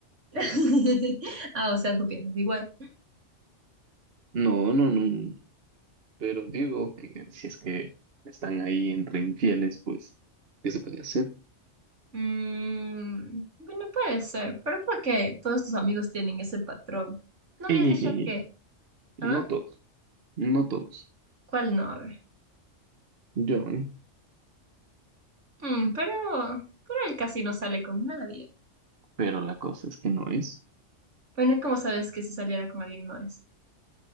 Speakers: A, on the right (about 70°); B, on the right (about 55°).
A: <laughs> Ah, o sea, tú piensas igual.
B: No, no, no. no. Pero digo que si es que están ahí entre infieles, pues, ¿qué se puede hacer?
A: Mm, bueno, puede ser, pero ¿por qué todos tus amigos tienen ese patrón? ¿No habías
B: Ey,
A: dicho
B: ey, ey,
A: que...
B: ey. No
A: ¿Ah?
B: todos, no todos.
A: ¿Cuál no? A ver.
B: John,
A: Mm, pero, pero él casi no sale con nadie.
B: pero la cosa es que no es,
A: Bueno, ¿cómo sabes que si saliera con alguien no es?